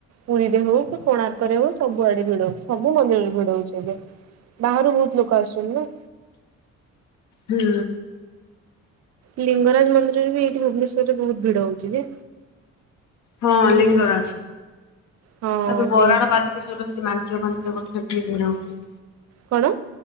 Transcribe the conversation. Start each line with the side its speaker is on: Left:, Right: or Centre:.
Right: ପୁରୀରେ ହଉ କି କୋଣାର୍କ ରେ ହଉ ସବୁଆଡେ ଭିଡ ହଉଛି ସବୁ ମନ୍ଦିରରେ ଭିଡ ହଉଛି। ବାହାରୁ ବହୁତ ଲୋକ ଆସୁଛନ୍ତି ନା।
Left: ହୁଁ।
Right: ଲିଙ୍ଗରାଜ ମନ୍ଦିରରେ ବି ଏଇଠି ଭୁବନେଶ୍ଵରରେ ବହୁତ ଭିଡ ହଉଛି ଯେ।
Left: ହଁ
Right: ମାନେ
Left: ଲିଙ୍ଗରାଜ
Right: ହଁ
Left: ଆବେ ବରାଳବାଲୁକେଶ୍ୱର
Right: ଲି
Left: ସେଠି ମାନସିକ <unintelligible>
Right: କଣ?